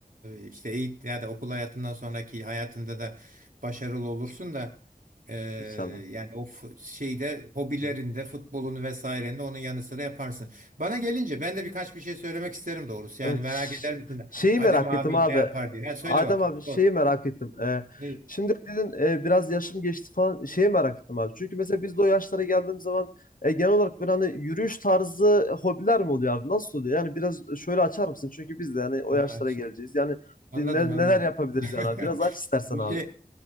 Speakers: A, on the right; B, on the left.
A: e, işte eğitim ya da okul hayatından sonraki hayatında da başarılı olursun da e,
B: inşallah.
A: yani o fu- şeyde hobilerinde
B: Hı.
A: futbolunu vesairende onun yanı sıra yaparsın. Bana gelince ben de birkaç bir şey söylemek isterim doğrusu.
B: Evet
A: Yani merak
B: ş-
A: eder misin?
B: şeyi
A: Adem
B: merak
A: abi
B: ettim abi.
A: ne yapar diye. Ha, söyle
B: Adem
A: bakayım.
B: abi şeyi
A: Sor.
B: merak ettim. E,
A: Ne?
B: şimdi dedin e, biraz yaşım geçti falan şeyi merak ettim abi. Çünkü mesela biz de o yaşlara geldiğimiz zaman e, genel olarak böyle hani yürüyüş tarzı hobiler mi oluyor abi? Nasıl oluyor? Yani biraz şöyle açar mısın? Çünkü biz de yani o
A: Ha,
B: yaşlara
A: aç.
B: geleceğiz. Yani
A: Anladım
B: biz ne-
A: anladım.
B: neler yapabiliriz
A: <laughs>
B: yani abi? Biraz aç istersen
A: Bir
B: abi.
A: şey